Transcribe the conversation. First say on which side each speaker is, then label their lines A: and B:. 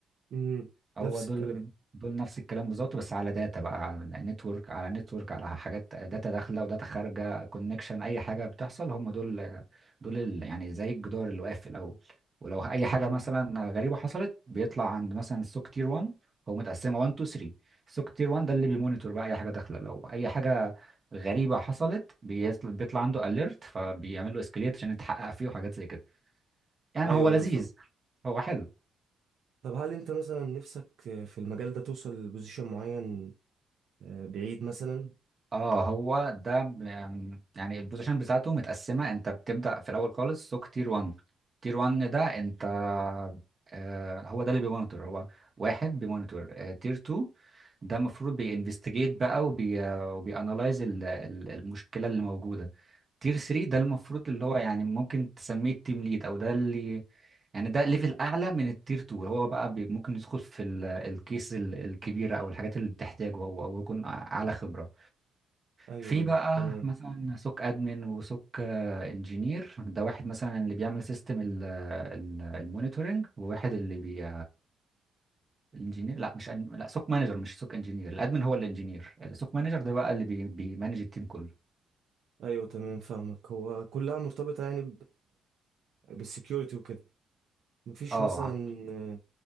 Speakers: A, on the right; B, on the right.
A: مم.
B: هو
A: نفس
B: دول
A: الكلام
B: دول نفس الكلام بالظبط بس على داتا بقى نتورك على نتورك على حاجات داتا داخله وداتا خارجه كونكشن اي حاجه بتحصل هم دول دول ال- يعني زي الجدار اللي واقف في الاول ولو اي حاجه
A: مم.
B: مثلا غريبه حصلت بيطلع عند مثلا السوك تير 1 هو متقسمه 1 2 3 السوك تير 1 ده اللي بيمونيتور بقى اي حاجه داخله لو اي حاجه غريبه حصلت بيطل- بيطلع عنده اليرت فبيعمل له اسكليت عشان يتحقق فيه وحاجات زي كده يعني
A: ايوه
B: هو لذيذ
A: ايوه فاهم
B: هو حلو
A: طب هل انت مثلا نفسك في المجال ده توصل لبوزيشن معين آه، بعيد مثلا
B: اه هو ده ب- أم، يعني البوزيشن بتاعته متقسمه انت بتبدا في الاول خالص سوق تير 1 تير 1 ده انت آه هو ده اللي بيمونيتور هو واحد بيمونيتور آه تير 2 ده المفروض بينفستيجيت بقى وبي وبيانالايز المشكله اللي موجوده تير 3 ده المفروض اللي هو يعني ممكن تسميه التيم ليد او ده اللي يعني ده ليفل اعلى من التير 2 هو بقى بي- ممكن يدخل في ال- الكيس ال- الكبيره او الحاجات اللي بتحتاجه هو او يكون اعلى خبره
A: ايوه
B: في
A: ايوه
B: بقى
A: تمام
B: مثلا سوك ادمن وسوك انجينير ده واحد مثلا اللي بيعمل سيستم المونيتورنج وواحد اللي بي الانجينير لا مش أن... لا سوك مانجر مش سوك انجينير الادمن هو الانجينير السوك مانجر ده بقى اللي بي... بيمانج التيم كله
A: ايوه تمام فاهمك هو كلها مرتبطة يعني بالسكيورتي وكده مفيش
B: اه
A: مثلا آه،